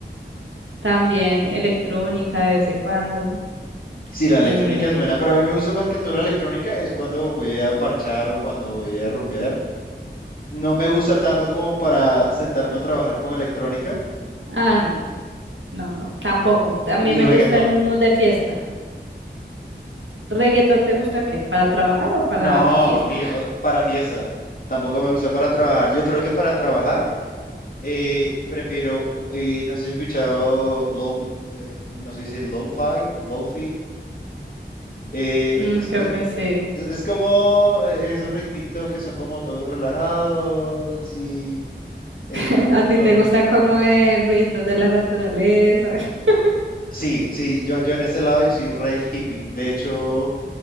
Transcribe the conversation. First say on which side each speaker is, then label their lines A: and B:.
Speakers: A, on the right; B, on the left.
A: También electrónica de vez en cuando.
B: Sí, la electrónica
A: Eh,
B: es buena, pero a mí me gusta más que todo la electrónica es cuando voy a parchar o cuando voy a rumbear. No me gusta tanto como para sentarme a trabajar con electrónica,
A: ah, no, no, no, tampoco. También
B: ni
A: me
B: reggaetón.
A: gusta en un mood de fiesta. ¿Reggaetón te gusta qué? ¿Para trabajar o para
B: No,
A: fiesta?
B: ni o- para fiesta. Tampoco me gusta para trabajar. Yo creo que para trabajar eh, prefiero, eh, no sé si he escuchado low, eh, no sé si dice lo-fi, lo-fi. eh,
A: Mm,
B: es,
A: creo
B: es-
A: que sí.
B: es es como eh, esos ritmitos que son como todos relajados, así, electrónicos.
A: <laughs> ¿A ti te gusta como de ruidos de la naturaleza? <laughs>
B: Sí, sí, yo, yo en ese lado yo soy re hippie. De hecho,